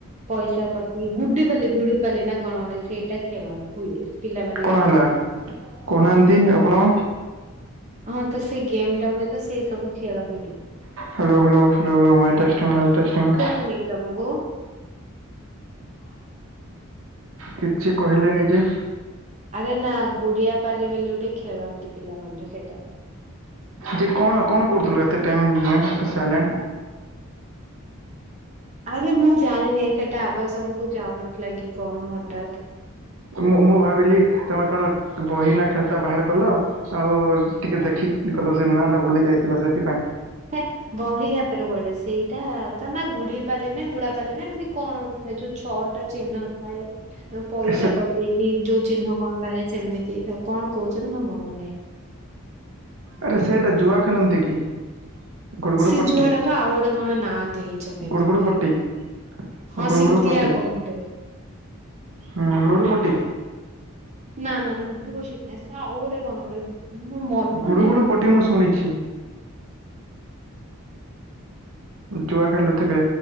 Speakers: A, on the right; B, on the right.
A: ପଇସା ପକେଇ ଗୁଡି ପାଲି ଗୁଡି ପାଲି ନା କଣ ଗୋଟେ ସେଇଟା ଖେଳ ହୁଏ ପିଲାମାନେ
B: କଣ
A: ଖେଳନ୍ତି।
B: ହେଲା କହୁନାହାନ୍ତି ଆପଣ?
A: ହଁ ତ ସେ ଗେମ୍ ଟା ହୁଏ ତ ସେଇ ସବୁ ଖେଳନ୍ତି।
B: Hello hello hello hello mic testing mic testing
A: ଶୁଭୁନିକି ତମକୁ?
B: କିଛି କହିଲେନି ଯେ?
A: ଆରେ ନା ଗୁଡିଆ ପାଲି ବୋଲି ଗୋଟେ ଖେଳ ଥିଲା ସେଇଟା।
B: ଯେ କଣ କଣ କରୁଥିଲ ଏତେ ଟାଇମ ମାନେ ସାଇଲେଣ୍ଟ
A: ଆରେ ମୁଁ ଜାଣିନି ସେଟା ଆବାଜ ତମକୁ ଯାଉନଥିଲା କି କଣ ହଠାତ୍
B: ମୁଁ ମୁଁ ଭାବିଲି ତମେ କଣ ବହିନା ଖାତା ବାହାର କଲ। ଆଉ ଟିକେ ଦେଖି ଗଲ ସେ ନାଁ ଟା ଭୁଲି ଯାଇଥିଲା ସେଥିପାଇଁ।
A: ହେ ବହି ଖାତା ରେ କୁଆଡେ ସେଇଟା ତା ନା ଗୁଡ଼ିଆ ପାଲି ଗୁଡା ପାଲି ଏମିତି କଣ ହେ ଯଉ ଛଅଟା ଚିହ୍ନ ଥାଏ ପଇସା
B: ସେ
A: ପକେଇକି ଯୋଉ ଚିହ୍ନ କଣ ବାହାରେ ସେମିତି କଣ କହୁଛନ୍ତି ମୋର ମନ ନାହିଁ।
B: ଆରେ ସେଟା ଜୁଆ ଖେଲନ୍ତି କି? ଗୁଡୁଗୁଡୁ
A: ସେ
B: ପଟି
A: ଜୁଆଟାକୁ ଆଉ ଗୋଟେ କଣ ନା ଦେଇଛନ୍ତି
B: ଗୁଡୁଗୁଡୁ
A: ଏପଟେ
B: ପଟି
A: ହେଲା। ହଁ
B: ଗୁଡୁ
A: ସେିମିତିଆ
B: ଗୁଡୁ ପଟି
A: କଣ ଗୋଟେ।
B: ହୁଁ ଲୁଡୁ ପଟି।
A: ନା ନା ଲୁଡୁ ପଟି ନାହିଁ ସେଟା ଆଉଗୋଟେ କଣ ମୋ ମନ
B: ଗୁଡୁ
A: ନାହିଁ।
B: ଗୁଡୁ ପଟି
A: ହୁଁ।
B: ମୁଁ ଶୁଣିଛି। ଜୁଆ ଖେଲୁଥିବେ